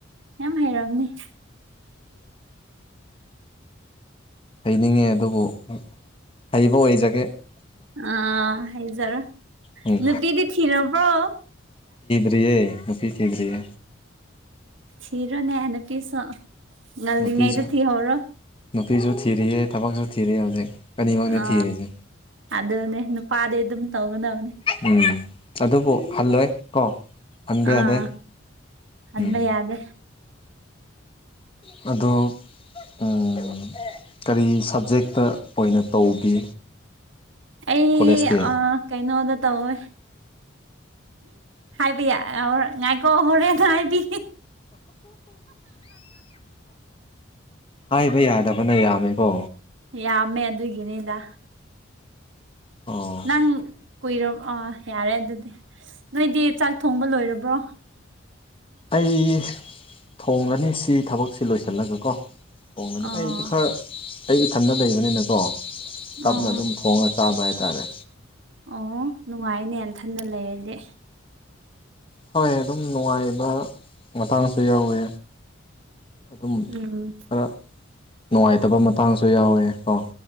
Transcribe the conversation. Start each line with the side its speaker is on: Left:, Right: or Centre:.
Right: ꯌꯥꯝ ꯍꯩꯔꯝꯅꯤ
Left: ꯍꯩꯅꯤꯡꯉꯦ ꯑꯗꯨꯕꯨ ꯍꯩꯕ ꯑꯣꯏꯖꯒꯦ
Right: ꯑ ꯍꯩꯖꯔꯣ
Left: ꯎꯝ
Right: ꯅꯨꯄꯤꯗꯤ ꯊꯤꯔꯕ꯭ꯔꯣ
Left: ꯗ꯭ꯔꯤꯌꯦ ꯅꯨꯄꯤ ꯊꯤꯗ꯭ꯔꯤꯌꯦ
Right: ꯊꯤꯔꯣꯅꯦ ꯅꯨꯄꯤꯁꯨ ꯉꯜꯂꯤꯉꯩꯗ
Left: ꯅꯨꯄꯤꯁꯨ
Right: ꯊꯤꯍꯧꯔꯣ
Left: ꯅꯨꯄꯤꯖꯨ ꯊꯤꯔꯤꯌꯦ ꯊꯕꯛꯖꯨ ꯊꯤꯔꯤꯌꯦ ꯍꯧꯖꯤꯛ ꯑꯅꯤꯃꯛꯅꯤ
Right: ꯑ
Left: ꯊꯤꯔꯤꯁꯦ
Right: ꯑꯗꯨꯅꯦ ꯅꯨꯄꯥꯗꯤ ꯑꯗꯨꯝ ꯇꯧꯒꯗꯕꯅꯦ
Left: ꯎꯝ ꯑꯗꯨꯕꯨ ꯍꯜꯂꯣꯏ ꯀꯣ ꯍꯟꯕ
Right: ꯑꯥ
Left: ꯌꯥꯗꯦ
Right: ꯍꯟꯕ
Left: ꯎꯝ
Right: ꯌꯥꯒꯦ
Left: ꯑꯗꯣ ꯎꯝ ꯀꯔꯤ ꯁꯕꯖꯦꯛꯇ ꯑꯣꯏꯅ ꯇꯧꯕꯤ
Right: ꯑꯩ
Left: ꯀꯣꯂꯦꯖꯇꯤ
Right: ꯑꯥ ꯀꯩꯅꯣꯗ ꯇꯧꯋꯦ ꯍꯥꯏꯕ ꯌꯥ ꯉꯥꯏꯀꯣ ꯍꯣꯔꯦꯟ ꯍꯥꯏꯕꯤ
Left: ꯍꯥꯏꯕ ꯌꯥꯗꯕꯅ ꯌꯥꯝꯃꯦꯀꯣ
Right: ꯌꯥꯝꯃꯦ ꯑꯗꯨꯒꯤꯅꯤꯗ
Left: ꯑꯣ
Right: ꯅꯪ ꯀꯨꯏꯔ ꯑꯥ ꯌꯥꯔꯦ ꯑꯗꯨꯗꯤ ꯅꯣꯏꯗꯤ ꯆꯥꯛ ꯊꯣꯡꯕ ꯂꯣꯏꯔꯕ꯭ꯔꯣ
Left: ꯑꯩ ꯊꯣꯡꯒꯅꯤ ꯁꯤ ꯊꯕꯛꯁꯦ ꯂꯣꯏꯁꯜꯂꯒꯀꯣ ꯊꯣꯡꯉꯅꯤ
Right: ꯑꯥ
Left: ꯑꯩꯗ ꯈꯔ ꯑꯩ ꯏꯊꯟꯗ ꯂꯩꯕꯅꯤꯅꯀꯣ ꯇꯞꯅ
Right: ꯑꯣ
Left: ꯑꯗꯨꯝ ꯊꯣꯡꯉ ꯆꯥꯕ ꯍꯥꯏꯇꯥꯔꯦ
Right: ꯑꯣ ꯅꯨꯡꯉꯥꯏꯅꯦ ꯅꯊꯟꯅ ꯂꯩꯔꯗꯤ
Left: ꯍꯣꯏ ꯑꯗꯨꯝ ꯅꯨꯡꯉꯥꯏꯕ ꯃꯇꯥꯡꯁꯨ ꯌꯥꯎꯋꯤ ꯑꯗꯨꯝ
Right: ꯎꯝ
Left: ꯈꯔ ꯅꯨꯡꯉꯥꯏꯇꯕ ꯃꯇꯥꯡꯁꯨ ꯌꯥꯎꯋꯦ ꯀꯣ